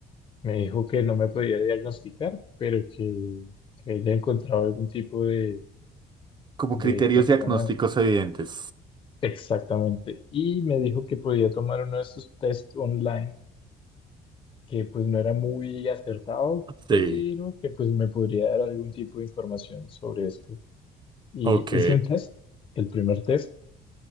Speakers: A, on the left (about 30°); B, on the right (about 25°).
A: me dijo que no me podía diagnosticar, pero que que ella encontraba algún tipo de
B: como
A: de,
B: criterios
A: ¿cómo se
B: diagnósticos
A: llama?
B: evidentes.
A: Exactamente. Y me dijo que podía tomar uno de esos test online que pues no era muy acertado,
B: Sí,
A: pero que pues me podría dar algún tipo de información sobre esto. Y
B: ok,
A: hice un test, el primer test,